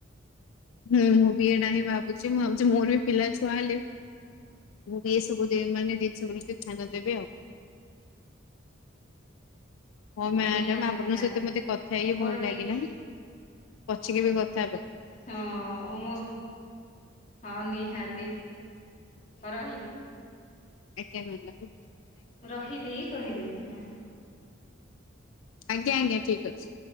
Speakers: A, on the left (about 85°); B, on the left (about 35°).
A: ହୁଁ ମୁଁ ବି ଏଇଟା ହିଁ ଭାବୁଛି ମୁଁ ଭାବୁଛି ମୋର ବି ପିଲା ଛୁଆ ହେଲେ ମୁଁ ବି ଏ ସବୁ ମାନେ ଜିନିଷ କି ଚାନ୍ଦା ଦେବେ ଆଉ ହଁ ମ୍ୟାଡାମ
B: ନିହାତି
A: ଆପଣଙ୍କ
B: ନିହାତି
A: ସହିତ ମୋତେ କଥା ହେଇକି
B: ହଉ ମୋର
A: ଭଲ ଲାଗିଲା
B: ଟିକେ
A: ପଛିକି ବି କଥା ହେବାକୁ
B: ହଁ ମୁ ହଁ ନିହାତି। ହଁ ରହିଲି।
A: ଆକ୍ୟା କହିଲା ହୁ
B: ରହିଲି କହିଲି ହଁ।
A: ଆଜ୍ଞା ଆଜ୍ଞା ଠିକ୍ ଅଛି।